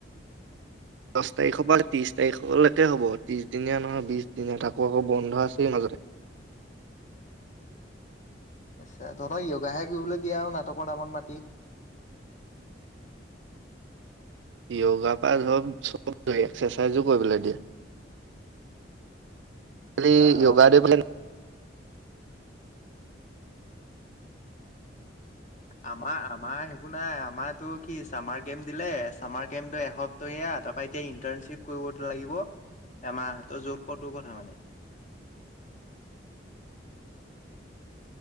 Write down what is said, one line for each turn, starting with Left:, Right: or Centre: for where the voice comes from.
Right: দহ তাৰিখৰ পৰা ত্ৰিশ তাৰিখলৈকে হ'ব ত্ৰিশ দিনীয়া নহয় বিশ দিনীয়া তাকো আকৌ বন্ধ আছেই মাজতে
Left: আচ্ছা তহঁতক য়গা হে কৰিবলৈ দিয়া আৰু নাটকৰ নামত মাতি
Right: য়গা পা হব চব এক্সেচাইজো কৰিবলৈ দিয়ে লি
Left: আহ
Right: য়গা ডে ফালে
Left: আমাৰ আমাৰ সেইবোৰ নাই আমাৰটো কি চামাৰ কেম্প দিলে চামাৰ কেম্প এসপ্তাহয়া তাপা এতিয়া ইন্টানশ্বিপ কৰিব লাগিব এমাহৰ যত কৰ টোৰ কথা মানে